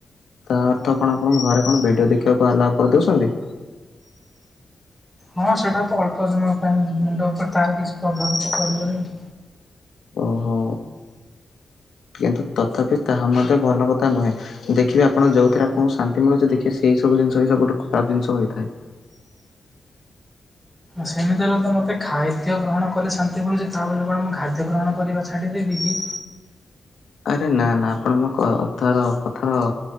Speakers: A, on the left (about 80°); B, in the centre.
A: ତା ଅର୍ଥ କଣ ଆପଣଙ୍କ ଘରେ କଣ ଭିଡ଼ିଓ ଦେଖିବାକୁ ଆଲାଓ କରିଦଉଛନ୍ତି।
B: ହଁ ସେଇଟା ତ ଅଳ୍ପ ସମୟ ପାଇଁ ମୁଣ୍ଡ ଉପରେ ତାର କିଛି ପ୍ରଭାବ ତ ପଡ଼ିବନି।
A: ଓହୋ। କିନ୍ତୁ ତଥାପି ତାହା ମଧ୍ୟ ଭଲ କଥା ନୁହେଁ। ଦେଖିବେ ଆପଣ ଯୋଉଥିରେ ଆପଣଙ୍କୁ ଶାନ୍ତି ମିଳୁଛି ଦେଖିବେ ସେଇ ସବୁ ଜିନିଷ ହଁ ସବୁଠୁ ଖରାପ ଜିନିଷ ହୋଇଥାଏ।
B: ସେମିତି ହେଲେ ତ ମୋତେ ଖାଦ୍ୟ ଗ୍ରହଣ କଲେ ଶାନ୍ତି ମିଳୁଛି ତା ବୋଲି କଣ ମୁଁ ଖାଦ୍ୟ ଗ୍ରହଣ କରିବା ଛାଡ଼ିଦେବି କି?
A: ଆରେ ନା ନା ଆପଣ ମୋ କଥା କଥାର